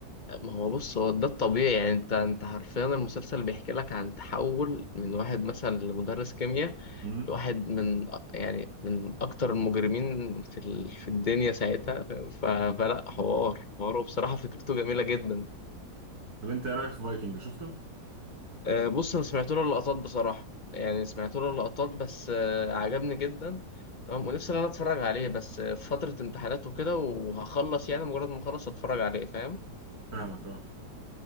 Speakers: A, on the left (about 30°); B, on the right (about 60°).
A: ما هو بص هو ده الطبيعي يعني انت انت حرفيا المسلسل بيحكي لك عن تحول من واحد مثلا لمدرس كيمياء
B: امم
A: لواحد من يعني من اكتر المجرمين في ال... في الدنيا ساعتها ف... فلا حوار حواره بصراحة فكرته جميلة جدا
B: طب انت ايه رايك في فايكنج شفته
A: آه، بص انا سمعت له اللقطات بصراحه يعني سمعت له اللقطات بس آه، عجبني جدا تمام ونفسي ان انا اتفرج عليه بس آه، في فتره امتحانات وكده وهخلص يعني مجرد ما اخلص اتفرج عليه فاهم
B: فاهمك اه